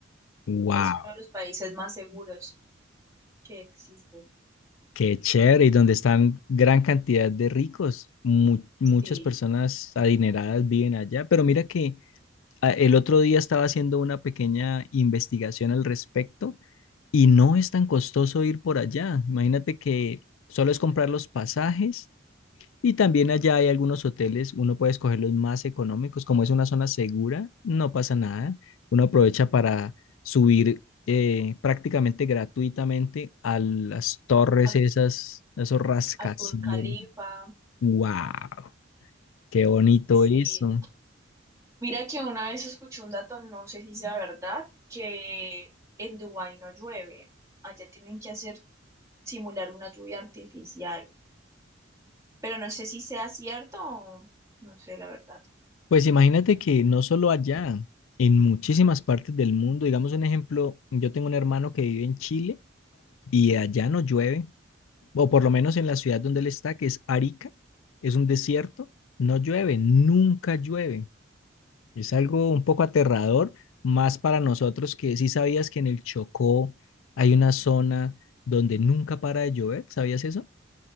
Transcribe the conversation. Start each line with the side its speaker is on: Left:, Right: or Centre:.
Left: ¡Wow!
Right: Es uno de los países más seguros que existen.
Left: Qué chévere, y donde están gran cantidad de ricos. Mu- muchas
Right: Sí.
Left: personas adineradas viven allá, pero mira que ah, el otro día estaba haciendo una pequeña investigación al respecto y no es tan costoso ir por allá. Imagínate que solo es comprar los pasajes y también allá hay algunos hoteles, uno puede escoger los más económicos, como es una zona segura, no pasa nada, uno aprovecha para subir eh, prácticamente gratuitamente a las torres
Right: Al,
Left: esas, a esos rascacielos.
Right: al Burj Khalifa.
Left: ¡Wow! ¡Qué bonito
Right: Sí.
Left: eso!
Right: Mira que una vez escuché un dato, no sé si sea verdad, que en Dubái no llueve. Allá tienen que hacer simular una lluvia artificial. Pero no sé si sea cierto o no sé la verdad.
Left: Pues imagínate que no solo allá, en muchísimas partes del mundo, digamos un ejemplo, yo tengo un hermano que vive en Chile y allá no llueve, o por lo menos en la ciudad donde él está, que es Arica, es un desierto, no llueve, nunca llueve. Es algo un poco aterrador, más para nosotros que sí sabías que en el Chocó hay una zona donde nunca para de llover, ¿sabías eso?